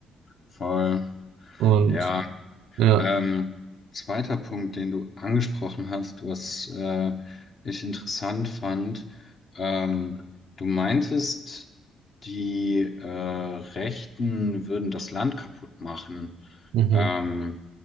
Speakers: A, on the left; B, on the right.
A: voll.
B: und
A: Ja,
B: ja,
A: ähm, zweiter Punkt, den du angesprochen hast, was äh, ich interessant fand, ähm, du meintest, die äh, Rechten würden das Land kaputt machen.
B: mhm.
A: Ähm,